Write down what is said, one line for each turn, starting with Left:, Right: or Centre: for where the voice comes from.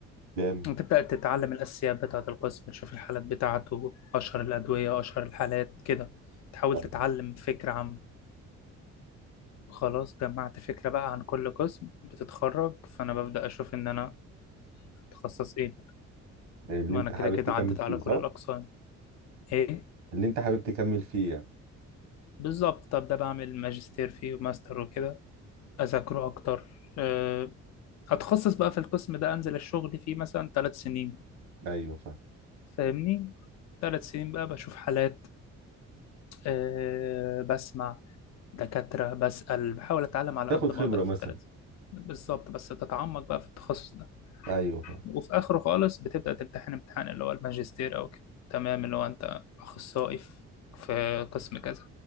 Right: جامد
Left: وتبدأ تتعلم الأساسيات بتاعة القسم تشوف الحالات بتاعته أشهر الأدوية أشهر الحالات كده تحاول
Right: طيب،
Left: تتعلم فكرة عن خلاص جمعت فكرة بقى عن كل قسم بتتخرج فأنا ببدأ أشوف إن أنا أتخصص إيه
Right: اللي
Left: ما
Right: انت
Left: أنا كده
Right: حابب
Left: كده
Right: تكمل
Left: عدت
Right: فيه
Left: على كل
Right: صح
Left: الأقسام إيه
Right: اللي انت حابب تكمل فيه يعني
Left: بالظبط طب ده بعمل ماجستير فيه وماستر وكده أذاكره أكتر أه، أتخصص بقى في القسم ده أنزل الشغل فيه مثلا ثلاث سنين
Right: ايوه فاهم
Left: فاهمني ثلاث سنين بقى بشوف حالات أه، بسمع دكاترة بسأل بحاول أتعلم على
Right: تاخد
Left: قد
Right: خبرة
Left: ما أقدر في
Right: مثلا
Left: التلاتة بالظبط بس تتعمق بقى في التخصص ده
Right: ايوه فاهم
Left: وفي آخره خالص بتبدأ تمتحن امتحان اللي هو الماجستير أو كده تمام اللي هو أنت أخصائي في في قسم كذا